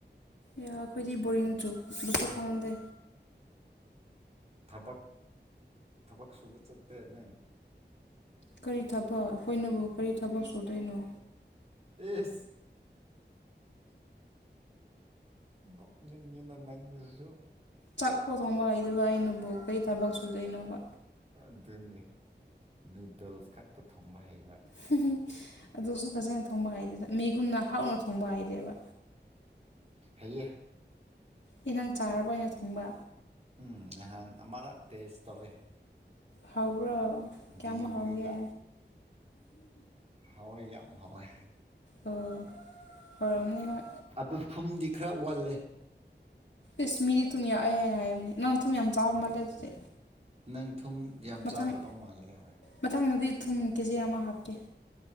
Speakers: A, on the left; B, on the right.
A: ꯑꯩꯈꯣꯏꯗꯤ ꯕꯣꯔꯤꯡ ꯆꯨꯕꯁꯨ ꯈꯪꯗꯦ
B: ꯊꯕꯛ ꯊꯕꯛ ꯁꯨꯕ ꯆꯠꯇꯦ ꯅꯪ
A: ꯀꯔꯤ ꯊꯕꯛ ꯑꯩꯈꯣꯏꯅꯕꯨ ꯀꯔꯤ ꯊꯕꯛ ꯁꯨꯗꯣꯏꯅꯣ
B: ꯑꯦꯁ ꯅꯣꯛꯅꯤꯡꯉꯤꯅ ꯅꯪꯁꯤꯁꯨ
A: ꯆꯥꯛꯄꯣ ꯊꯣꯡꯕ ꯍꯩꯗꯕ ꯑꯩꯅꯕꯨ ꯀꯩ ꯊꯕꯛ ꯁꯨꯗꯩꯅꯣꯕ
B: ꯑꯗꯨꯅꯦ ꯅꯨꯗꯜꯁ ꯈꯛꯇ ꯊꯣꯡꯕ ꯍꯥꯏꯩꯕ
A: ꯍꯝ ꯑꯗꯨꯁꯨ ꯐꯖꯅ ꯊꯣꯡꯕ ꯍꯥꯏꯗꯦꯗ ꯃꯤꯒꯨꯝꯅ ꯍꯥꯎꯅ ꯊꯣꯡꯕ ꯍꯥꯏꯗꯦꯕ
B: ꯍꯥꯏꯌꯦ
A: ꯑꯦ ꯅꯪ ꯆꯥꯔꯕ ꯑꯣꯏꯅ ꯊꯣꯡꯕ
B: ꯎꯝ ꯅꯍꯥꯟ ꯑꯃꯔꯛ ꯇꯦꯁ ꯇꯧꯋꯦ
A: ꯍꯥꯎꯕ꯭ꯔꯣ ꯀꯌꯥꯃꯨꯛ
B: ꯗꯤꯂꯤꯚꯔꯤ
A: ꯍꯥꯎꯒꯦ
B: ꯍꯣꯏ ꯌꯥꯝꯌꯥꯝ ꯍꯣꯏ
A: ꯑꯣ ꯍꯔꯝꯅꯤ ꯍꯣꯏ
B: ꯑꯗꯨ ꯊꯨꯝꯗꯤ ꯈꯔ ꯋꯥꯜꯂꯦ
A: ꯏꯁꯁ ꯃꯤꯗꯤ ꯊꯨꯝ ꯌꯥꯛꯑꯦ ꯍꯥꯏꯅ ꯍꯥꯏꯕꯅꯦ ꯅꯪ ꯊꯨꯝ ꯌꯥꯝ ꯆꯥꯎꯥꯕ ꯃꯥꯜꯂꯦ ꯑꯗꯨꯗꯤ
B: ꯅꯪ ꯊꯨꯝ ꯌꯥꯝ
A: ꯃꯊꯪ
B: ꯆꯥꯗꯕ ꯃꯥꯜꯂꯦ ꯍꯣꯏ
A: ꯃꯊꯪꯗꯗꯤ ꯊꯨꯝ ꯀꯦꯖꯤ ꯑꯃ ꯍꯥꯞꯀꯦ